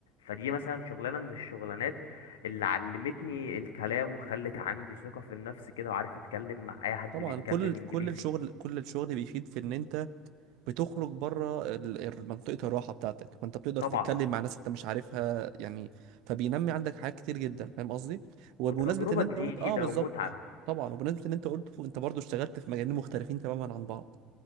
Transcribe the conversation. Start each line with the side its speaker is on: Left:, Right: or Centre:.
Left: فدي مثلا شغلانه من الشغلانات اللي علمتني الكلام وخلت عندي ثقه في النفس كده وعارف اتكلم مع اي حد
Right: طبعا
Left: بيتكلم
Right: كل كل
Left: انجليزي
Right: الشغل كل الشغل بيفيد في ان انت بتخرج بره ال- ال- منطقة الراحة بتاعتك فانت بتقدر
Left: طبعا
Right: تتكلم مع ناس انت مش عارفها يعني فبينمي عندك حاجات كتير جدا فاهم قصدي وبمناسبة
Left: وتجربه
Right: ان انت
Left: جديده
Right: قلت اه بالظبط
Left: ومتعه
Right: طبعا وبمناسبة ان انت قلت انت برضو اشتغلت في مجالين مختلفين تماما عن بعض